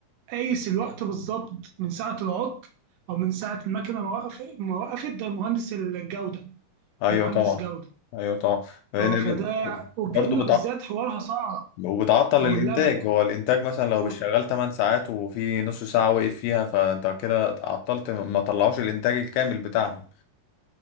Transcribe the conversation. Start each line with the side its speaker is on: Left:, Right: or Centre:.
Right: قايس الوقت بالظبط من ساعه العطل او من ساعه المكنه ما وقفت ما وقفت ده مهندس الجوده
Left: ايوه
Right: مهندس
Left: طبعا
Right: جوده
Left: ايوه طبعا لان
Right: اه فده والجبنه
Left: برضه
Right: بالذات حوارها صعب
Left: وبتعطل
Right: او
Left: الانتاج
Right: اللبن
Left: هو الانتاج مثلا لو
Right: اه
Left: بيشتغل 8 ساعات وفي نص ساعة وقف فيها فانت كده عطلت ما طلعوش الانتاج الكامل بتاعهم